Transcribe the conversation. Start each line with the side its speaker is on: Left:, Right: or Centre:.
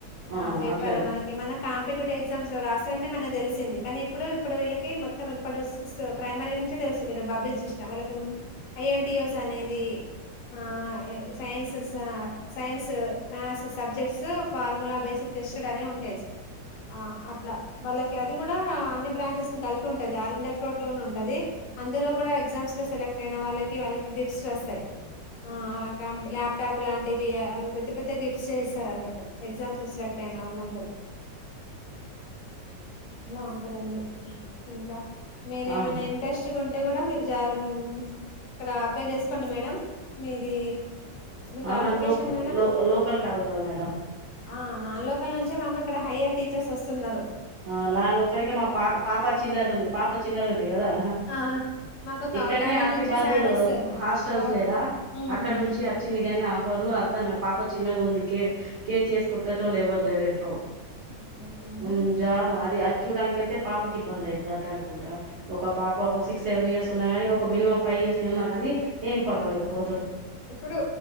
Right: ఆ
Left: అ పేపర్
Right: అట్లే
Left: మనకి మన పంపిటేటివ్ ఎగ్జామ్స్ రాస్తెనే మనకి తెలిసింది కనీ ఇపుడు ఇప్పుడు విళ్లకీ మొత్తం ఇప్ ప్పుడు సిక్స్ ప్రైమరీ నుంచి తెలుస్తది బాబ్బ్లింగ్ సిస్టం వాళ్ళకి ఎం ఐఎన్టీయోస్ అనేది హఅ ఎ స్ సైన్స్ స science maths subjects formula basic test ట్ డని ఉంటై స్ ఆ అట్ల వాళ్ళకి అది గూడా అన్ని బ్రాంచెస్ ను కలిపి ఉంటది ఆల్ ఇండియా త్రోట్ లోను ఉంటది అందులో గుడా ఎగ్జామ్స్లో సెలెక్ట్ అయిన వాళ్ళకి వాళ్ళక్ గిఫ్ట్స్ ఒస్తయ్ ఆ క్యంప్ ల్యాప్టాప్ లాంటివి అల్ పెద్ద పెద్ద గిఫ్ట్స్ ఇస్ స్తారన్నట్టు ఎగ్జామ్స్ సెలక్ట్ అయిన వాళ్ళందరికి అలా ఉంటదండి ఇంకా మీరేమైన
Right: అవును
Left: ఇంట్రెస్ట్ గున్ టే గుడా మీరు జాబు ఇక్కడ అప్లై చేసుకోండి మేడం మీది మీ
Right: అవునా
Left: క్వాలిఫికేషన్
Right: లోక లో లోకల్ కాదు కదా మేడం
Left: ఆహ్ నాన్ లోకల్ నుంచే మాకు ఇక్కడ హయ్యర్ టీచర్స్ వస్తున్నరు
Right: ఆహ్ లాన్ లోకల్ ఇంగ మా ప పాప చిల్లరుంది పాప చిన్నగుంది గదా అహ
Left: ఆ మాకు కౌటాల
Right: క్కన్నె ఆసీబాదు
Left: నుంచి సార్ వస్తారు
Right: హాస్టల్స్
Left: కౌ
Right: లేదా
Left: ఉమ్
Right: అక్కడ నుంచి వచ్చింది గని అఫ్ పర్లు వద్దన పాప చిన్నగా ఉంది కే కేర్ చేస్పెటెటోలు ఎవరు లేరు ఇంట్లో
Left: okay okay madam
Right: hmm job అది అద్ చుడానికేళ్తే పాపకి ఇబ్బంది అయితది అట్లా అనుకుంటా ఒక పాప ఒక సిక్స్ సెవెన్ ఇయర్స్ ఉన్నా గాని ఒక మినిమమ్ ఫై ఉన్నాగానీ ఏం పర్వాలేకపో
Left: ఇప్పుడు